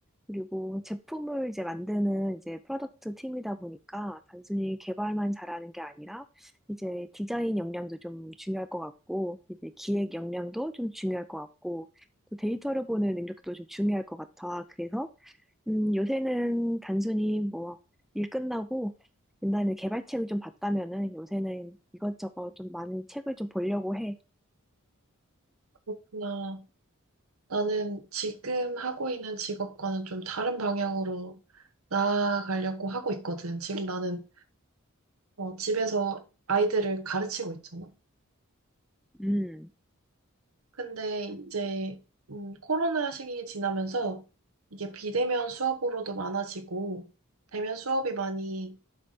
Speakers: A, in the centre; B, on the right.
A: 그리고 제품을 이제 만드는 이제 프로덕트 팀이다 보니까 단순히 개발만 잘하는 게 아니라 이제 디자인 역량도 좀 중요할 것 같고 이제 기획 역량도 좀 중요할 것 같고 또 데이터를 보는 능력도 좀 중요할 것 같아. 그래서 음, 요새는 단순히 뭐 일 끝나고 옛날에 개발책을 좀 봤다면은 요새는 이것저것 좀 많은 책을 좀 보려고 해.
B: 그렇구나. 나는 지금 하고 있는 직업과는 좀 다른 방향으로 나아가려고 하고 있거든. 지금 나는 어, 집에서 아이들을 가르치고 있잖아.
A: 음.
B: 근데 이제 음, 코로나 시기 지나면서 이게 비대면 수업으로도 많아지고 대면 수업이 많이